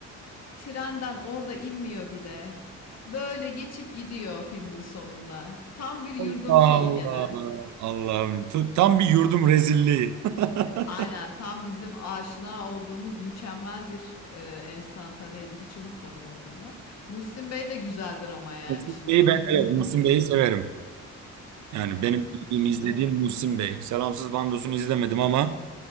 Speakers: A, on the left; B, on the right.
A: Trenden orada inmiyor bile. Böyle geçip gidiyor filmin sonunda. Tam bir yurdum
B: Allah
A: şeyi
B: Allah.
A: gene.
B: Allah'ım. Tu- Tam bir yurdum rezilliği. <laughs>
A: Aynen tam bizim aşina olduğumuz mükemmel bir e, enstantaneydi. Hiç unutmadım o filmi. Muslim Bey de güzeldir ama yani
B: Muhsin
A: şimdi
B: Bey'i
A: onu
B: ben
A: hepimiz
B: evet Muhsin
A: biliyoruz.
B: Bey'i severim. Yani
A: Aynen.
B: benim bildiğim,
A: İkisi
B: izlediğim
A: de
B: Muhsin Bey. Selamsız Bandos'unu izlemedim ama